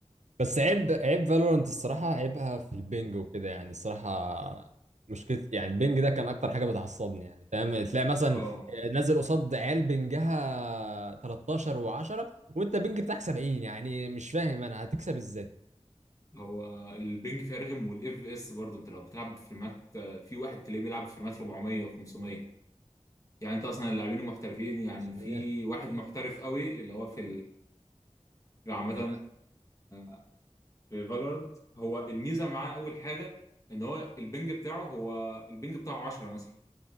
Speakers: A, on the right; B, on the left.
A: بس عيب عيب فالورانت الصراحة عيبها في البنج وكده يعني الصراحة مشكلة يعني البنج ده كان أكتر حاجة بتعصبني يعني فاهم تلاقي مثلا
B: اه
A: آه، نازل قصاد عيال بنجها 13 و10 وأنت بنج بتاعك 70 يعني مش فاهم أنا هتكسب إزاي
B: هو البنج فيها رخم والاف اس برضه انت لو بتلعب بفريمات في واحد تلاقيه بيلعب بفريمات 400 و500 يعني انت اصلا اللاعبين المحترفين يعني
A: 500
B: في واحد محترف قوي اللي هو في يعني عامة
A: أنا
B: آه، في فالورنت هو الميزة معاه أول حاجة إن هو البنج بتاعه هو البنج بتاعه 10 مثلا